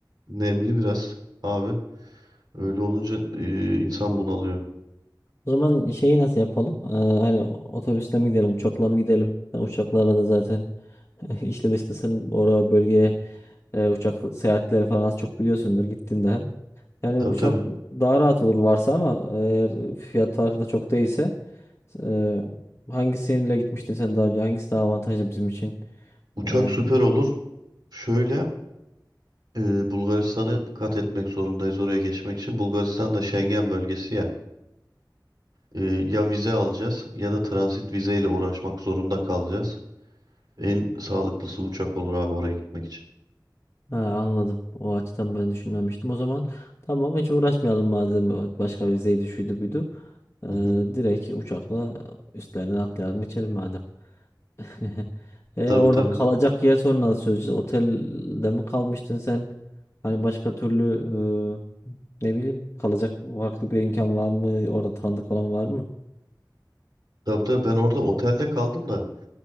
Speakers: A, on the right; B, on the left.
A: Nemli biraz abi. Öyle olunca e, insan bunalıyor.
B: O zaman şeyi nasıl yapalım? Ee, hani otobüsle mi gidelim, uçakla mı gidelim? Yani uçaklarla da zaten <laughs> işle dışlısın. oraya bölgeye e, uçak seyahatleri falan az çok biliyorsundur gittiğinde hem. Yani
A: Tabii
B: uçak
A: tabii.
B: daha rahat olur varsa ama eğer fiyat farkı da çok değilse e, hangisiyle gitmiştin sen daha önce? Hangisi daha avantajlı bizim için?
A: Uçak
B: E,
A: süper olur. Şöyle e, Bulgaristan'ı kat etmek zorundayız oraya geçmek için. Bulgaristan da Schengen bölgesi ya. E, ya vize alacağız ya da transit vizeyle uğraşmak zorunda kalacağız. En sağlıklısı uçak olur abi oraya gitmek için.
B: Ha, anladım. O açıdan ben düşünmemiştim. O zaman tamam hiç uğraşmayalım madem başka bir zeydi şuydu buydu. Ee,
A: Hı hı.
B: direkt uçakla üstlerinden atlayalım geçelim madem. <laughs> E,
A: Tabii
B: orada
A: tabii.
B: kalacak yer sonra nasıl çözeceğiz? Otelde mi kalmıştın sen? Hani başka türlü e, ne bileyim kalacak farklı bir imkan var mı? Orada tanıdık olan var mı?
A: Tabii tabii ben orada otelde kaldım da